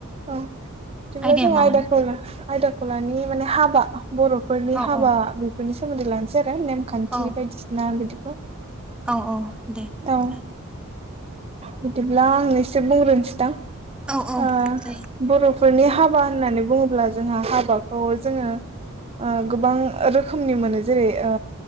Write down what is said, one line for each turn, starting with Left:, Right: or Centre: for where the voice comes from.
Right: औ बिदिब्ला
Centre: आयदाया
Right: जों
Centre: मामोन
Right: आयदाखौ आयदाखौ लानि माने हाबा बर'फोरनि
Centre: औ
Right: हाबा
Centre: औ
Right: बेफोरनि सोमोन्दै लानोसै आरो नेमखान्थि
Centre: औ
Right: बायदिसिना बिदिखौ
Centre: औ औ दे
Right: औ
Centre: जागोन
Right: बिदिब्ला आं एसे बुंग्रोनोसै दां
Centre: औ औ
Right: ओ
Centre: दे
Right: बर'फोरनि हाबा होननानै बुङोब्ला जों जोंहा हाबाखौ जोङो। ओ गोबां रोखोमनि मोनो जेरै ओ